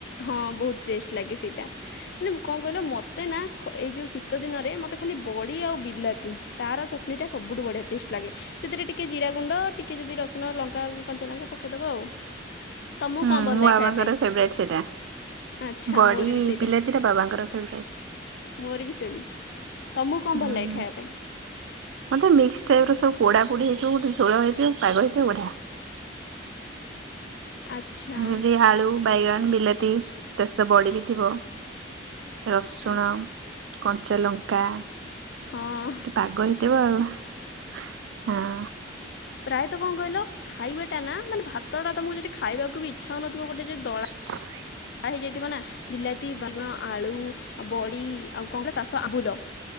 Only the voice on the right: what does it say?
ହୁଁ
ମୁଁ
ବାବାଙ୍କର
ଫେବରାଇଟ୍ ସେଇଟା।
ବଡି
ବିଲାତିଟା ବାବାଙ୍କର ଫେବରାଇଟ।
ହୁଁ
ହୁଁ।
ମତେ ମିକ୍ସ ଟାଇପ ର ସବୁ ପୋଡା ପୋଡି ହେଇଯିବ ଗୋଟେ ଝୋଳ ହେଇଥିବ ପାଗ ହେଇଥିବ ବଢିଆ।
ଯଦି ଆଳୁ ବାଇଗଣ ବିଲାତି ତାଷ ବଢ ବିି ଥିବ। ରସୁଣ
କଞ୍ଚାଲଙ୍କା।
ପାଗ ହେଇଥିବ ଆଉ ହଁ।
<inaudible>